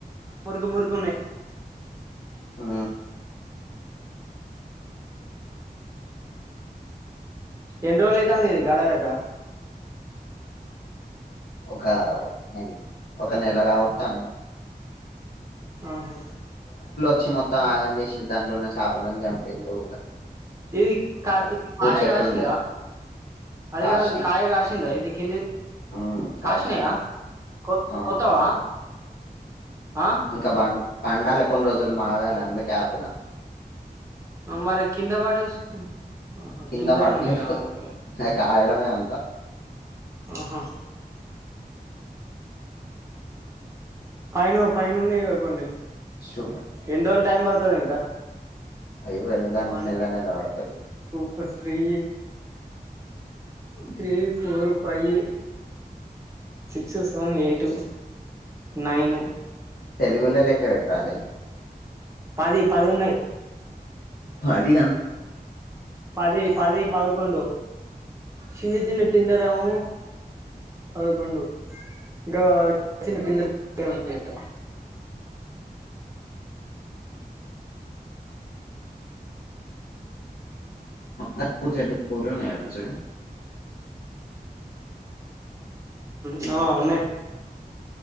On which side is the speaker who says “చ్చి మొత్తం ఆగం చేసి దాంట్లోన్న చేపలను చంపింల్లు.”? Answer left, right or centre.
Left